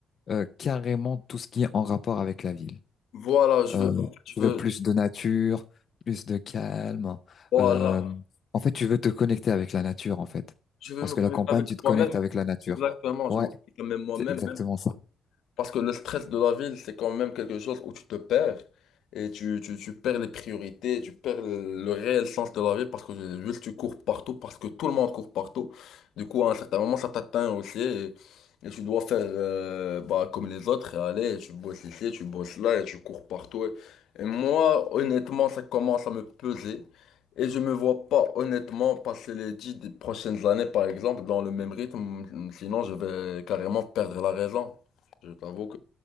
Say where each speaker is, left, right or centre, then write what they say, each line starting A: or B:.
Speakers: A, on the left; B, on the left.
A: euh, carrément tout ce qui est en rapport avec la ville.
B: Voilà, je
A: Euh,
B: veux, je
A: tu
B: veux,
A: veux plus de nature, plus de calme.
B: voilà,
A: Euh, en fait, tu veux te connecter avec la nature, en fait.
B: je veux
A: Parce
B: me
A: que
B: connecter
A: la campagne,
B: avec
A: tu te
B: moi-même,
A: connectes avec la nature.
B: exactement,
A: Ouais,
B: je me connecte même moi-même,
A: c'est exactement
B: même
A: ça.
B: Parce que le stress de la ville, c'est quand même quelque chose où tu te perds et tu, tu, tu perds les priorités, tu perds le le réel sens de la vie parce que juste tu cours partout, parce que tout le monde court partout. Du coup, à un certain moment, ça t'atteint aussi et, et tu dois faire euh, bah, comme les autres et aller, tu bosses ici, tu bosses là et tu cours partout. Et, et moi, honnêtement, ça commence à me peser et je me vois pas honnêtement passer les dix prochaines années, par exemple, dans le même rythme. Sinon, je vais carrément perdre la raison. Je t'avoue que.